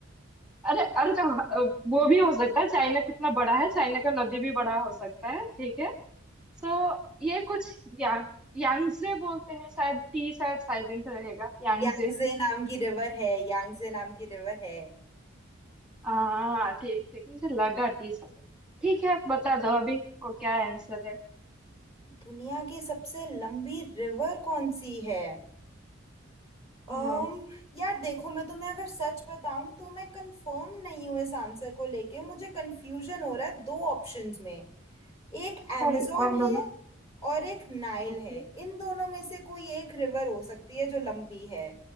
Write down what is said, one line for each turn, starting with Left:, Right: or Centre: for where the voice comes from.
Centre: अरे अरे तो, अ, वो भी हो सकता है चाइना कितना बड़ा है चाइना का नदी भी बड़ा हो सकता है ठीक है सो ये कुछ या यांगजे बोलते हैं शायद टी शायद साइलेंट रहेगा यांगजे
Left: यांगजे नाम की रिवर है यांगजे नाम की रिवर है
Centre: हाँ ठीक ठीक मुझे लगा टी साइलेंट ठीक है बता दो अभी को क्या आंसर है
Left: दुनिया की सबसे लंबी रिवर कौन सी है um,
Centre: हाँ
Left: यार देखो मैं तुम्हें अगर सच बताऊं तो मैं कंफर्म नहीं हूं इस आंसर को लेके मुझे कंफ्यूजन हो रहा है दो ऑप्शंस में एक amazon
Centre: कौन कौन दोनों
Left: है और एक नाइल
Centre: ओके
Left: है इन दोनों में से कोई एक रिवर हो सकती है जो लंबी है